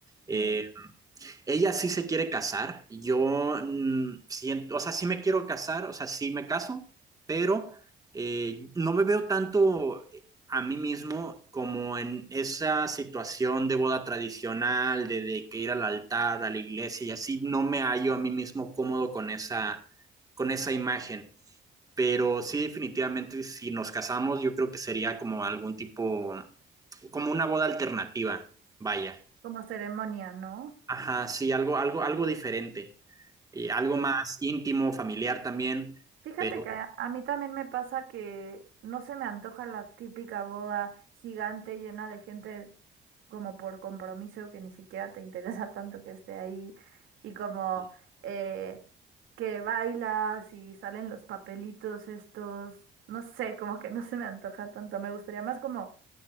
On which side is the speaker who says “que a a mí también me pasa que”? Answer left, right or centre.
Right